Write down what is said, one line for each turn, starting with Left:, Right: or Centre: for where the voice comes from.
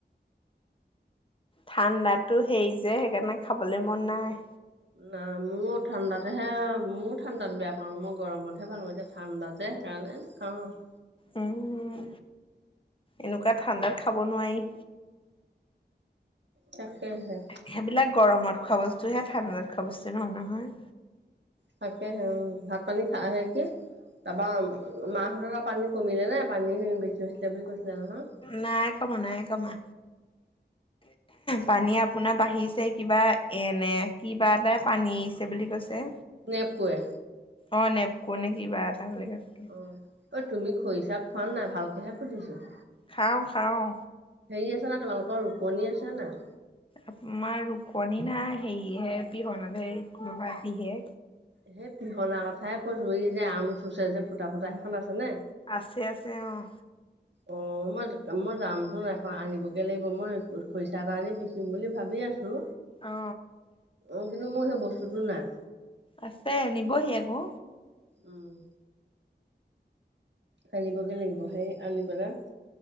Left: ঠাণ্ডাটো হেৰি যে সেইকাৰণে খাবলৈ মন নাই।
Right: নাই মোৰো ঠাণ্ডাতহে মোয়ো ঠাণ্ডাত বেয়া পাওঁ মই গৰমতহে ভাল হয় এতিয়া ঠাণ্ডা যে সেইকাৰণে খাওঁ আৰু
Left: উম এনেকুৱা ঠাণ্ডাত খাব নোৱাৰি।
Right: তাকেহে।
Left: সেইবিলাক গৰমত খোৱা বস্তু হে ঠাণ্ডাত খোৱা বস্তু নহয় নহয়
Right: তাকেহে ভাত পানী খাহে কি? তাৰপৰা মাহঁতৰ তাতে পানী কমিলে নে পানী বেছি হৈছিলে বুলি কৈছিলে নহয়।
Left: নাই কমা নাই কমা। পানী আপোনাৰ বাঢ়িছে কিবা এনে কিবা এটাই পানী এৰিছে বুলি কৈছে।
Right: নেপকোৱে।
Left: অ নেপকো নে কি এটা বুলি কৈছিল।
Right: অ ঐ তুমি খৰিচা খোৱান নাই ভালকেহে সুধিছো?
Left: খাওঁ খাওঁ।
Right: হেৰি আছে নাই তোমালোকৰ ৰুকনি আছে নাই?
Left: আমাৰ ৰুকনি নাই হেৰিহে পিহনা দিহে পিহে।
Right: সেই পিহনা কথাই কৈছো এই যে আম চুচে যে ফুটা ফুটা সেইখন আছে নাই?
Left: আছে আছে অহ'।
Right: অঁ' মই মই যামচোন এখন আনিবগে লাগিব মই খৰিচা এটা আনি পিচিম বুলি ভাবি আছোঁ।
Left: অ
Right: অঁ' কিন্তু মোৰ সেই বস্তুটো নাই।
Left: আছে নিবহি আকৌ।
Right: উমঁ। আনিবগৈ লাগিব। সেই আনি পেলাই